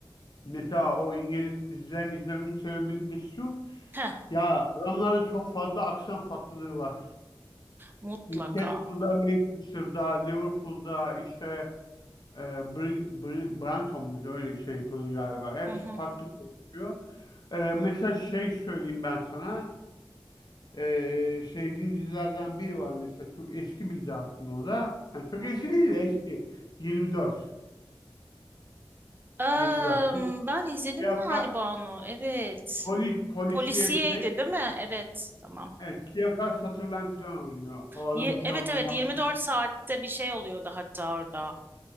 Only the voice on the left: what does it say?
Mesela o İngiliz dizilerini izlememin sebebi de şu.
Ya adamlarda çok fazla aksan farklılığı var.
Newcastle'da, Manchester'da, Liverpool'da işte e, Br- Br- Brighton muydu öyle bir şey yapıldı galiba. Hepsi
farklı konuşuyor. E, mesela şey söyleyeyim ben sana. E, sevdiğim dizilerden biri var mesela. Çok eski bir dizi aslında o da. Yani çok
eski değil de eski. 24.
24. Bu
siyasa-
polis, polisiye
bir şey.
Evet, Kiyafar Sutherland falan oynuyor. O adamın
şu
anda
ne yaptığını